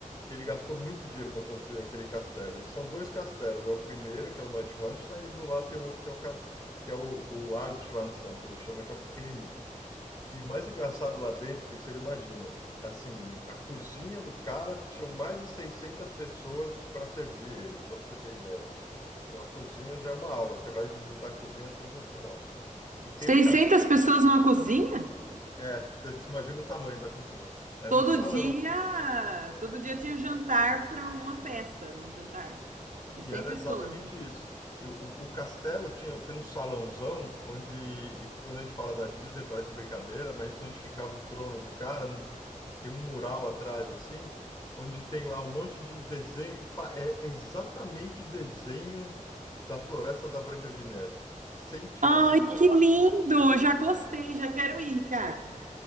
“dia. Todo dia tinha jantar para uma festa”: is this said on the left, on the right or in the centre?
Right